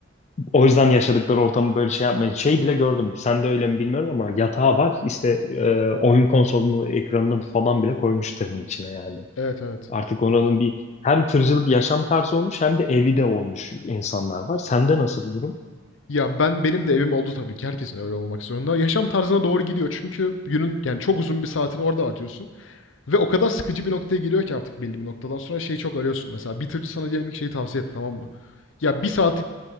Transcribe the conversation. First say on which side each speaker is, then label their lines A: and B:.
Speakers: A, on the left; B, on the left.
A: O yüzden yaşadıkları ortamı böyle şey yapmaya. Şey bile gördüm. Sen de öyle mi bilmiyorum ama yatağı var. işte e, oyun konsolunu, ekranını falan bile koymuş tırın içine yani.
B: Evet evet.
A: Artık oranın bir hem tırcılık yaşam tarzı olmuş hem de evi de olmuş insanlar var. Sende nasıl bu durum?
B: Ya ben benim de evim oldu tabii ki herkesin öyle olmak zorunda. Yaşam tarzına doğru gidiyor çünkü günün yani çok uzun bir saatini orada harcıyorsun. Ve o kadar sıkıcı bir noktaya geliyor ki artık belli bir noktadan sonra şey çok arıyorsun. Mesela bitirci sana diyelim ki şeyi tavsiye etti tamam mı? Ya bir saatlik